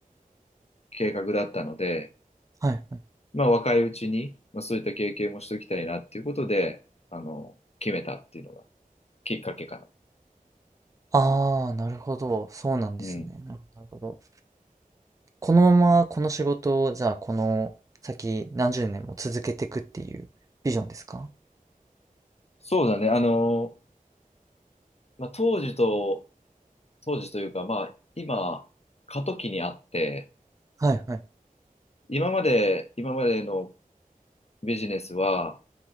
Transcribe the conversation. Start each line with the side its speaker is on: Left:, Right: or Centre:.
Left: 計画だったので、
Right: はい、はい。
Left: まあ若いうちに、まあそういった経験もしておきたいなっていうことで、あの、決めたっていうのがきっかけかな。
Right: ああ、なるほど。そうなんですね。
Left: うん
Right: なるほど。なるほどこのままこの仕事を、じゃあこの先何十年も続けていくっていうビジョンですか
Left: そうだね。あの、まあ、当時と、当時というか、まあ、今、過渡期にあって、
Right: はい、はい、
Left: 今まで、今までのビジネスは、